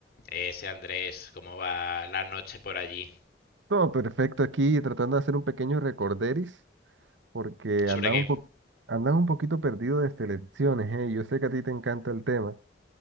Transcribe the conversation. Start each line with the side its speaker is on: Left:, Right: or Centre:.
Left: Ese Andrés, ¿cómo va la noche por allí?
Right: Todo perfecto aquí, tratando de hacer un pequeño recorderis, porque
Left: ¿Sobre
Right: andaba
Left: qué?
Right: un po- andaba un poquito perdido de selecciones, ¿eh? Yo sé que a ti te encanta el tema.